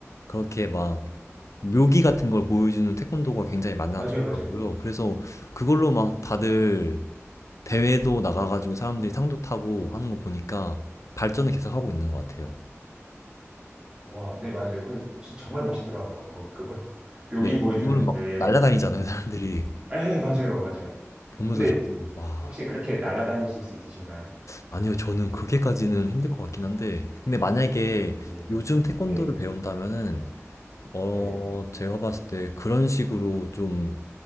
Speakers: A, on the left; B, on the right.
A: 그렇게 막 묘기 같은 걸 보여주는 태권도가 굉장히 많아졌더라고요.
B: 맞아요, 맞아요.
A: 그래서 그걸로 막 다들 대회도 나가가지고 사람들이 상도 타고 하는 거 보니까 발전을 계속 하고 있는 것 같아요.
B: 와, 네, 맞아요. 그 진짜 정말 멋있더라고요. 거기 그거 <laughs> 여기
A: 네,
B: 보여주는데,
A: 그 부분은 막 날라다니잖아요, 사람들이.
B: 에, 맞아요, 맞아요.
A: 보면서
B: 근데
A: 저도 와.
B: 혹시 그렇게 날아다니실 수 있으신가요?
A: 아니요, 저는 그렇게까지는 힘들 것 같긴 한데, 근데 만약에
B: 네,
A: 요즘 태권도를
B: 네,
A: 배운다면은, 어,
B: 네,
A: 제가 봤을 때 그런 식으로 좀